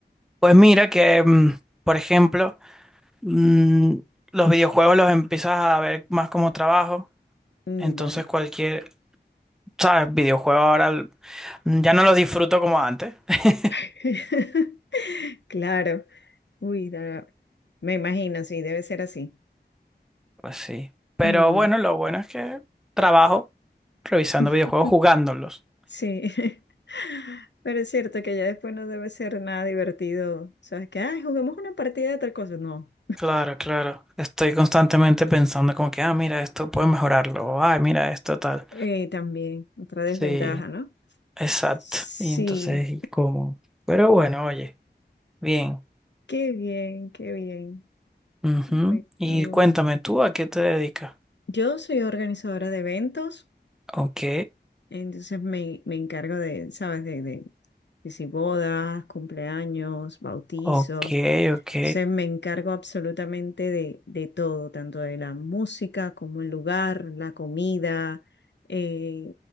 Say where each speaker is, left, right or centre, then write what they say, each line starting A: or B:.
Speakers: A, in the centre; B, on the left.
A: Pues mira que, mm, por ejemplo, mm, los videojuegos los empiezas a ver más como trabajo.
B: Mm,
A: Entonces
B: Bueno,
A: cualquier, ¿sabes? Videojuego ahora l- ya no lo disfruto como antes. <laughs>
B: <laughs> claro. Uy, da- me imagino, sí, debe ser así.
A: Pues sí. Pero
B: Mm.
A: bueno, lo bueno es que trabajo revisando
B: <laughs>
A: videojuegos, jugándolos.
B: Sí. <laughs> Pero es cierto que ya después no debe ser nada divertido. ¿Sabes que Ay, juguemos una partida de tal cosa. No.
A: Claro, claro. Estoy constantemente pensando como que, ah, mira, esto puedo mejorarlo. O, ah, mira, esto tal.
B: Eh, también, otra desventaja,
A: Sí,
B: ¿no?
A: exacto.
B: Sí.
A: Y entonces, ¿y cómo? Pero bueno, oye, bien.
B: Qué bien, qué bien.
A: Ujú.
B: Me
A: Y
B: gusta.
A: cuéntame tú, ¿a qué te dedicas?
B: Yo soy organizadora de eventos,
A: Ok,
B: entonces me, me encargo de, ¿sabes? De, de, de si bodas, cumpleaños, bautizos.
A: ok, ok.
B: Se me encargo absolutamente de, de todo, tanto de la música como el lugar, la comida, eh,